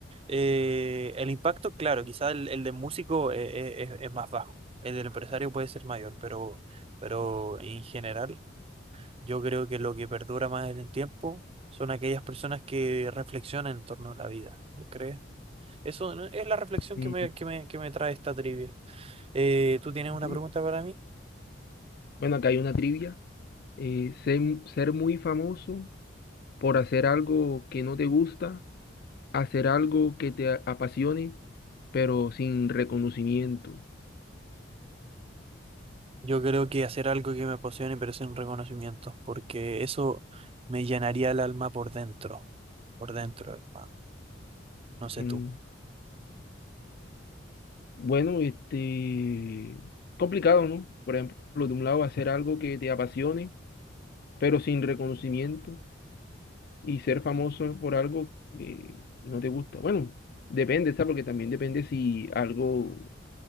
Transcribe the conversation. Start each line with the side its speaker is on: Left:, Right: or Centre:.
Right: Eh, el impacto, claro, quizá el, el de músico eh, eh, es, es más bajo, el del empresario puede ser mayor, pero, pero en general yo creo que lo que perdura más en el tiempo son aquellas personas que reflexionan en torno a la vida, ¿no crees? Eso ¿no? es la reflexión
Left: Mm,
Right: que me, que me, que me trae esta trivia. Eh, ¿tú tienes una
Left: sí.
Right: pregunta para mí?
Left: Bueno, acá hay una trivia. Eh, ser, ser muy famoso por hacer algo que no te gusta hacer algo que te a- apasione, pero sin reconocimiento.
Right: Yo creo que hacer algo que me apasione pero sin reconocimiento, porque eso me llenaría el alma por dentro, por dentro, hermano. No sé
Left: Mm,
Right: tú.
Left: Bueno, este, complicado, ¿no? Por ejemplo, de un lado, hacer algo que te apasione, pero sin reconocimiento, y ser famoso por algo que no te gusta. Bueno, depende, ¿sabes? Porque también depende si algo,